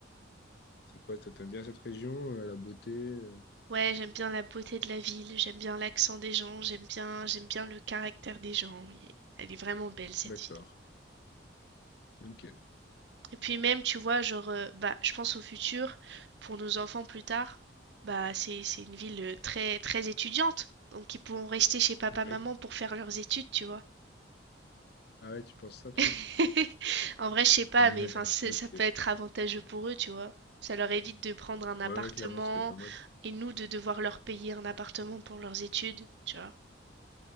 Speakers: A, on the left; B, on the right.
A: C'est quoi, toi, t'aimes bien cette région, euh, la beauté? euh,
B: Ouais, j'aime bien la beauté de la ville, j'aime bien l'accent des gens, j'aime bien, j'aime bien le caractère des gens. Il est- Elle est vraiment belle, cette
A: D'accord.
B: ville.
A: Ok.
B: Et puis même, tu vois, genre, euh, bah, je pense au futur, pour nos enfants plus tard, bah, c'est, c'est une ville euh, très, très étudiante. Donc ils pourront rester chez papa,
A: Oui.
B: maman pour faire leurs études, tu vois.
A: Ah ouais, tu penses ça, toi?
B: <laughs> En vrai, je sais pas,
A: <laughs>
B: mais enfin, c'est-
A: Ok.
B: ça peut être avantageux pour eux, tu vois. Ça leur évite de prendre un appartement
A: Ouais, ouais, clairement, ça peut être pas mal.
B: et nous de devoir leur payer un appartement pour leurs études, tu vois.